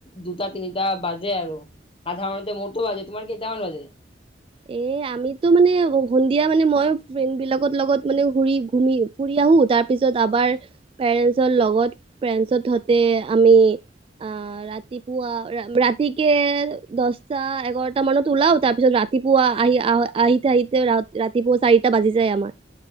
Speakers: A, on the left; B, on the right.
A: দুটা, তিনিটা বাজে আৰু। সাধাৰণতে মোৰটো বাজে তোমাৰ কেইটামান বাজে?
B: এ, আমিতো মানে সন্ধিয়া মানে মই ফ্ৰেণ্ড বিলাকৰ লগত মানে ঘূৰি ঘুমি। ফুৰি আহোঁ তাৰ পিছত আবাৰ পেৰেণ্টছৰ লগত পেৰেণ্টছতহতে আমি।
A: <inaudible>
B: আহ ৰাতিপুৱা ৰাতিক দশটা, এঘাৰটা মানত ওলাও তাৰপিছত ৰা ৰাতি পুৱা আহি আহ-আহিতি আহিতে ৰা- ৰাতি পুৱা চাৰিটা বাজি যায় আমাৰ।